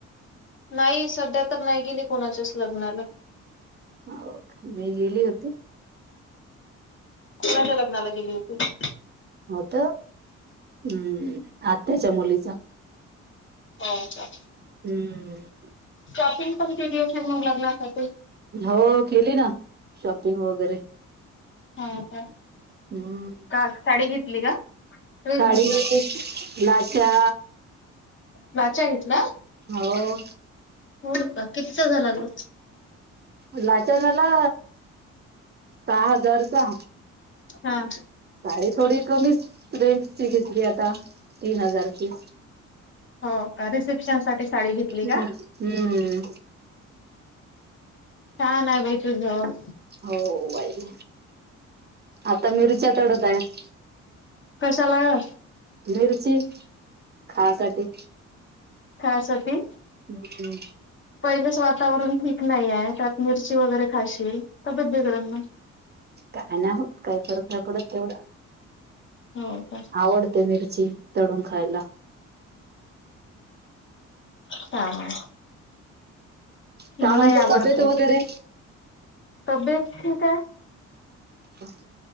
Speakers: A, on the left; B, on the right.
A: नाही, सध्या तर नाही गेली कोणाच्याच लग्नाला.
B: हो का? मी गेली होती.
A: कोणाच्या लग्नाला गेली होती?
B: होतं, हं, आत्याच्या मुलीचं.
A: हो का?
B: हं
A: शॉपिंग पण केली असेल, मग लग्नासाठी?
B: हो, केली ना... शॉपिंग वगैरे.
A: हो, का?
B: हम्म
A: काल, साडी घेतली का? ड्रेस
B: साडी,
A: घेतला
B: लाच्या
A: लाचा घेतला?
B: हो
A: होडपा कितीचा झाला, गं?
B: लाचा झाला, सहा हजारचा
A: हा.
B: साडी थोडी कमीच रेंजची घेतली आता, तीन हजारची.
A: हो, का? रिसेप्शनसाठी साडी घेतली
B: हम्म
A: का?
B: हम्म
A: छान आहे बाई तुझं.
B: हो, बाई. आता मिरच्या तोडत आहे.
A: कशाला ग?
B: मिरची, खासाठी
A: खायासाठी?
B: हं
A: पहिलंच वातावरण ठीक नाही आहे, त्यात मिरची वगैरे खाशील तब्येत बिघडन नं.
B: काय नाही होत. काय फरक नाही पडत तेवढं.
A: हो का
B: आवडते, मिरची तळून खायला
A: हा..
B: का
A: मलाही
B: म्हणते
A: आवडते.....
B: तब्येत वगैरे
A: तब्येत ठीक आहे?
B: का?